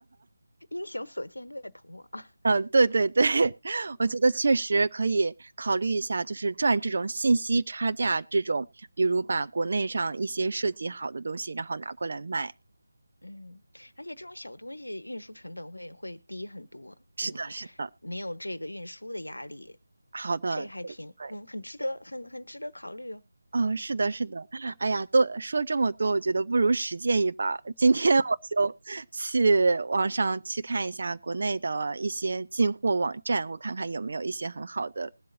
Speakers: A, on the left; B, on the right.
A: 英雄所见略同啊，
B: 嗯、呃对对对，<laughs> 我觉得确实可以考虑一下，就是赚这种信息差价这种，比如把国内上一些设计好的东西，然后拿过来卖。
A: <laughs> 嗯，而且这种小东西运输成本会会低很多，
B: 是的，
A: 嗯，
B: 是的，
A: 没有这个运输的压力，
B: 好的，
A: 这还挺，
B: 对对。
A: 嗯，很值得，很很值得考虑哦。
B: 哦，是的，是的，哎呀，多说这么多，我觉得不如实践一把今天我就去网上去看一下国内的一些进货网站，我看看有没有一些很好的，